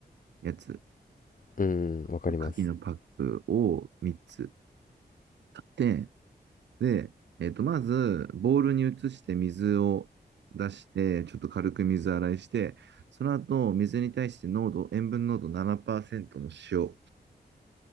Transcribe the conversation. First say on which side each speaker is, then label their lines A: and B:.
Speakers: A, on the right (about 85°); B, on the left (about 50°).
A: やつ、
B: うん、わかります。
A: 牡蠣のパックを3つ。で、で、えっと、まず、ボウルに移して水を出して、ちょっと軽く水洗いして、その後、水に対して濃度、塩分濃度7%の塩、